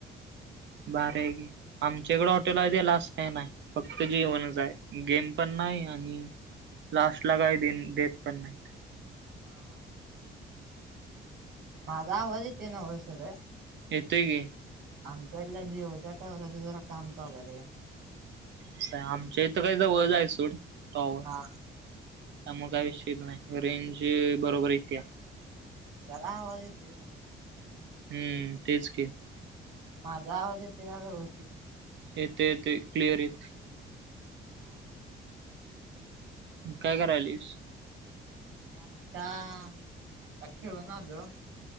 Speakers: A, on the right; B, on the right.
A: भारी हाय की <unintelligible> आमच्याकडं हॉटेल आहेलास काय नाही फक्त जेवणच आहे गेम पण नाही आणि <unintelligible> लास्ट ला काय दि देत पण नाही <unintelligible>
B: हां हां माझववादेते नाव होसर <unintelligible>
A: येतंय की
B: आमच्या इथल्या जिओच्या टावरचं जरा काम चालू रे
A: स आमच्या इथं काय जवळच आहे सोड टॉवर
B: हा
A: त्यामुळेग काय विश्ित नाही रेंज बरोबर येत्या <unintelligible>
B: तुझ काय आवाज येतोय वेवस्तीत <unintelligible> <unintelligible>
A: हम्म तेच क <unintelligible>
B: माझा आवाज येते का व्यवस्थित
A: येतय येतय क्लियर येतय
B: हा हा <unintelligible>
A: काय करायलस
B: मी आता आता खेळून आलो